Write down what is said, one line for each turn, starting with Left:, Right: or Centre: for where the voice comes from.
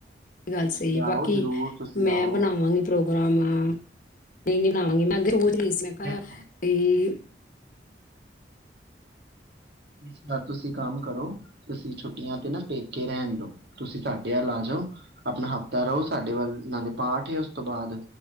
Left: ਗੱਲ
Right: ਤੁਸੀਂ
Left: ਸਈ
Right: ਆਓ
Left: ਬਾਕੀ
Right: ਜ਼ਰੂਰ ਤੁਸੀਂ
Left: ਮੈਂ
Right: ਆਓ
Left: ਬਣਾਵਾਂਗੀ ਪ੍ਰੋਗਰਾਮ ਨਈਂ ਨਈਂ ਲਾਵਾਂਗੀ, ਮੈਂ ਅਗ ਕੈਰੀ ਸੀ ਮੈਂ ਕਿਆ
Right: ਦੇਖੋ
Left: ਕਿ
Right: ਸਰ ਤੁਸੀਂ ਕੰਮ ਕਰੋ ਤੁਸੀਂ ਛੁੱਟੀਆਂ ਤੇ ਨਾ ਪੇਕੇ ਰਹਿਣ ਦੋ। ਤੁਸੀਂ ਸਾਡੇ ਵੱਲ ਆ ਜਾਓ, ਆਪਣਾ ਹਫ਼ਤਾ ਰਹੋ। ਸਾਡੇ ਵੱਲ ਨਾਲੇ ਪਾਠ ਐ ਉਸ ਤੋਂ ਬਾਅਦ